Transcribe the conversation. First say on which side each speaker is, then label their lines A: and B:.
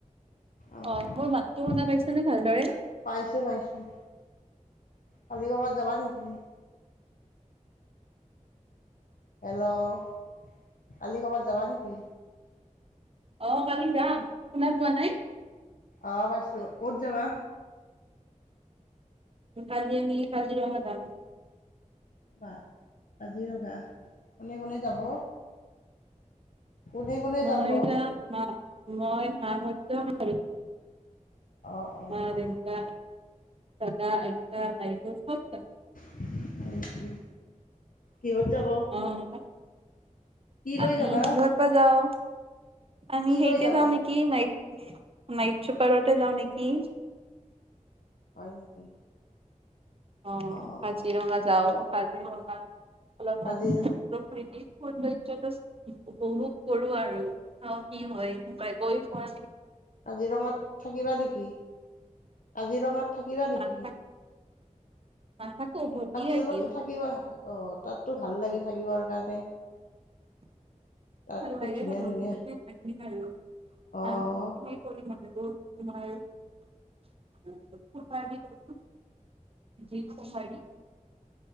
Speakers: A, on the left; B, on the right.
A: অৱ
B: অ মোৰ মাতটো শুনা পাইছানে ভালদৰে?
A: পাইছো পাইছো। কালি ক'ৰবাত যাবা নেকি? হেল্লো' কালি ক'ৰবাত যাবা নেকি?
B: অ কালি যাম শুনা পোৱা নাই!
A: অৱ পাইছো ক'ত যাবা।
B: কালি আমি কাজিৰঙা যাম।
A: বা কাজিৰঙা কোনে কোনে যাব! কোনে কোনে
B: মই
A: যাব?
B: যাম মা মই সাহয্য মো
A: অঁ অঁ
B: মা
A: অঁ
B: দেউতা দাদা আইতা বাইদেউ চব যাম
A: হয়। কিহত যাব?
B: অ
A: কি লৈ
B: আমি
A: যাবা
B: ঘৰ পা যাও। আমি
A: কি
B: সেইতি
A: লৈ যাবা
B: যাওঁ নে কি নাই নাইট চপাৰতে যাও নেকি
A: হয় নেকি
B: অ
A: অঁ
B: কাজিৰঙা যাও কাজিৰঙা অলমান
A: কাজি
B: প্ৰকৃতি। সৌন্দৰ্য্যটো উপভোগ কৰো আৰু চাওঁ কি হয় পাই গৈ পাই
A: কাজিৰঙাত থাকিবা নেকি কাজিৰঙাত থাকিবা
B: নাথাক
A: নেকি?
B: নাথাকো উভতি
A: কাজিৰঙা
B: আহিম
A: টো থাকিবা অ তাত। টো ভাল লাগি থাকিবৰ কাৰণে। তাত
B: ভাল
A: কি
B: লাগে
A: ধুনীয়া
B: বাৰু
A: ধুনীয়া
B: <unintelligible>
A: অঁ
B: তোমাৰ জি খু হয়।